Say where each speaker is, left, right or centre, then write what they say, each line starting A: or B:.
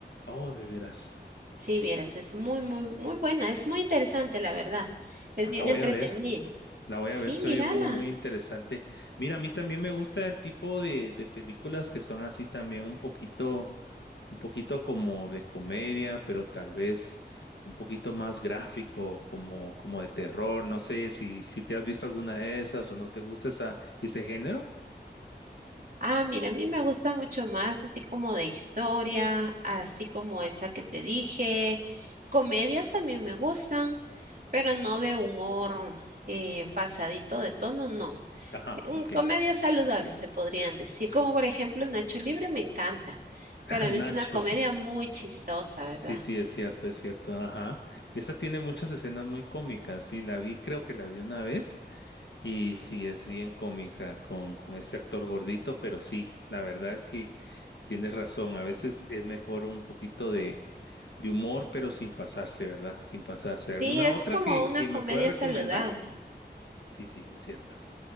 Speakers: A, on the left; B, on the right.
A: Oh, de veras.
B: Sí, vieras, es muy, muy, muy buena, es muy interesante, la verdad. Es
A: Ah,
B: bien
A: La voy
B: entretenida.
A: a ver, la voy
B: Sí,
A: a ver, se
B: mírala.
A: oye muy, muy interesante. Mira, a mí también me gusta el tipo de, de películas que son así también un poquito un poquito como de comedia, pero tal vez un poquito más gráfico, como, como de terror. No sé si, si te has visto alguna de esas o no te gusta esa, ese género.
B: Ah, mira, a mí me gusta mucho más así como de historia, así como esa que te dije. Comedias también me gustan, pero no de humor eh, pasadito de tono, no.
A: Ajá,
B: Mm,
A: ok.
B: Comedias
A: <laughs>
B: saludables se podrían decir, como por ejemplo Nacho Libre me encanta. Para
A: Ah, Nacho.
B: mí es una comedia muy chistosa, ¿verdad?
A: Sí, sí, es cierto, es cierto. Ajá. Esa tiene muchas escenas muy cómicas. Sí, la vi, creo que la vi una vez. Y sí, es bien cómica con, con este actor gordito, pero sí, la verdad es que tienes razón. A veces es mejor un poquito de de humor, pero sin pasarse, ¿verdad? Sin pasarse.
B: Sí,
A: ¿Alguna
B: es
A: otra
B: como
A: que, que
B: una comedia
A: me puedas recomendar?
B: saludable.
A: Sí, sí, es cierta.